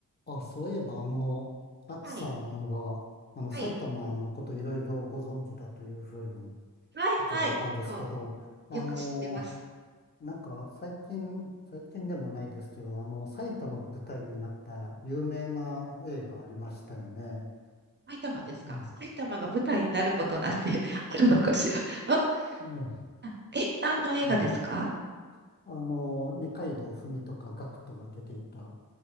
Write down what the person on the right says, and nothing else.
はい。
はい。
はいはい。
こ
う、よく知ってます。
うん埼玉ですか埼玉が舞台になることなんて
<laughs> あるのかしらあ、
あえ、何の映画ですか